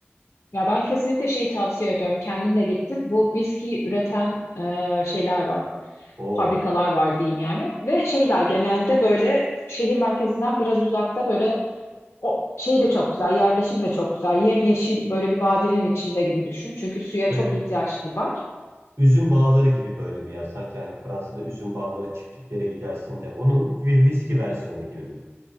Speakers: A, on the left; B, on the right.
A: Ya ben kesinlikle şeyi tavsiye ediyorum. Kendim de gittim. Bu viski üreten e, şeyler var.
B: Oo.
A: Fabrikalar var diyeyim yani. Ve şeyler genelde böyle şehir merkezinden biraz uzakta böyle O şey de çok güzel, yerleşim de çok güzel. Yemyeşil böyle bir vadinin içinde gibi düşün. Çünkü suya
B: Böyle
A: çok ihtiyaçları var.
B: üzüm bağları gibi böyle bir yer. Sanki hani Fransa'da üzüm bağları çiftliklere gidersin de onun bir viski versiyonu gibi mi?